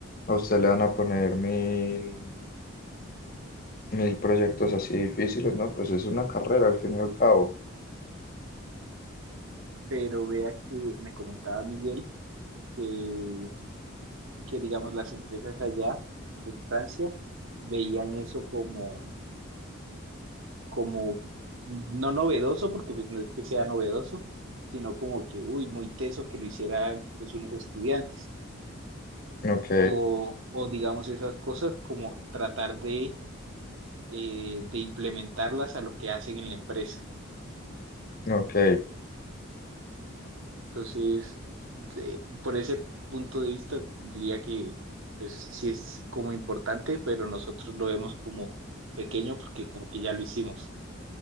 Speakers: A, on the left; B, on the right.
A: a usted le van a poner mil, mil proyectos así difíciles, ¿no? Pues es una carrera al fin y al cabo.
B: pero vea que me comentaba Miguel que, que digamos, las empresas allá en Francia veían eso como como no novedoso, porque pues no es que sea novedoso, sino como que, uy, muy teso que lo hicieran pues unos estudiantes.
A: Ok,
B: O, o digamos esas cosas como tratar de, eh, de implementarlas a lo que hacen en la empresa.
A: ok.
B: Entonces, de- por ese punto de vista, diría que pues sí es como importante, pero nosotros lo vemos como pequeño porque como que ya lo hicimos.